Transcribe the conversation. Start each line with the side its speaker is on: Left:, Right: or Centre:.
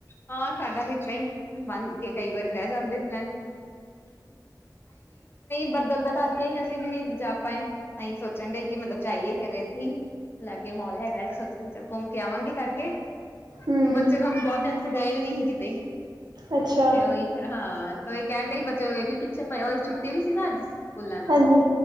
Left: ਹਾਂ ਸਾਡਾ ਵੀ ਤਾਂ ਹੀ ਬੰਦ ਕੇ ਕਈ ਵਾਰੀ ਰਹਿ ਜਾਂਦੇ ਪਲੈਨ ਬੱਦਲ ਦਾ ਕਰਕੇ ਅਸੀਂ ਵੀ ਨੀ ਜਾ ਪਾਏ ਅਸੀਂ ਸੋਚਣ ਡ ਕਿ ਮਤਲਬ ਜਾਈਏ ਫਰੇ ਇੱਥੇ ਹੀ ਅਲੱਗੇ ਮੋਲ ਹੈਗਾ ਇੱਕ ਸੋਚਣ ਚੱਲ ਘੁੰਮ ਕੇ ਆਵਾਂਗੇ ਕਰਕੇ
Right: ਹਮ
Left: ਬੱਚੇ ਤੁਾਨ ਬਹੁਤ ਦਿਨ ਚ ਗਏ ਵੀ ਨਹੀਂ ਸੀ ਕਿਤੇ
Right: ਅੱਛਾ
Left: ਤੇ ਉਹੀ ਫੇਿਰ ਹਾਂ ਤੇ ਉਹੀ ਕਹਿਣ ਡਈ ਬਚੇ ਇਹ ਵੀ ਪਿੱਛੇ ਪਏ ਉਹੀ ਛੁੱਟੀ ਵੀ ਸੀ ਨਾ ਅੱਜ ਸਕੂਲਾਂ ਦੀ
Right: ਹਾਂਜੀ